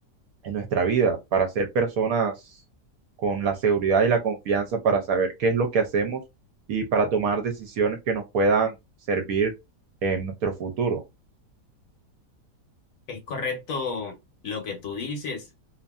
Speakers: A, on the right (about 65°); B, on the left (about 60°).
A: en nuestra vida, para ser personas con la seguridad y la confianza para saber qué es lo que hacemos y para tomar decisiones que nos puedan servir en nuestro futuro.
B: Es correcto lo que tú dices.